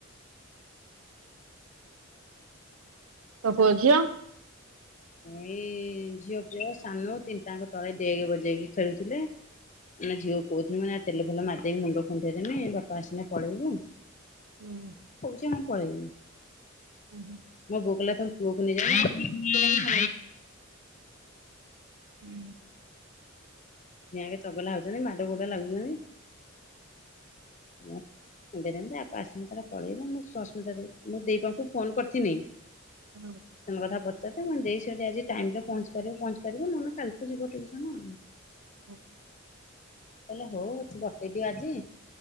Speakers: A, on the right (about 85°); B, on the left (about 35°).
A: ତୋ ପୁଅ ଝିଅ?
B: ଏଇ ଝିଅ ପୁଅ ସାନ ତିନଟାଙ୍କ ତଳେ ଡେଗ୍ ବଜେଇକି ଖେଳୁଥିଲେ? ଏଇନା ଝିଅ କହୁଥିନି ଏଇନା ତେଲ ଫେଲ ମାରିଦକି ମୁଣ୍ଡ କଣ୍ଢେଇ ଦେମି ବାପା ଆସିଲେ ପଳେଇବୁ।
A: ହୁଁ
B: କହୁଛି ମୁଁ ପଳେଇମି।
A: ଉଁ ହୁଁ
B: ମଁ ବୋଉ କହିଲା ତମ ପୁଅକୁ ନେଇ ଯା <inaudible>
A: ହୁଁ
B: ଦିହାଙ୍କ ଚଗଲା ହଉଛନ୍ତି ମାଡ ଗୋଡ ଲାଗୁଛନ୍ତି। ମୁଁ କୁଡେଇ ଥାନ୍ତି ଯେ ତା ବାପା ଆସିଲେ ତାର ପଳେଇବ ମୁଁ ସସ୍ମିତା ଦେଇ ମୁଁ ଦେଇ ପାଖଙ୍କୁ ଫୋନ କରିଥିନି।
A: <inaudible>
B: ସେଦିନ କଥା ପଚାରିଥିଲି ମୁଁ କହିଲି ଦେଇିି ଆଜି ଟାଇମ ରେ ପହଞ୍ଚି ପାରିବ ପହଞ୍ଚି ପାରିବ ନହେଲେ କାଲିଠୁ ଯିବ ଟିଉସନ।
A: <inaudible>
B: କହିଲା ହଉ ଅଛି ବଟେଇ ଦିଅ ଆଜି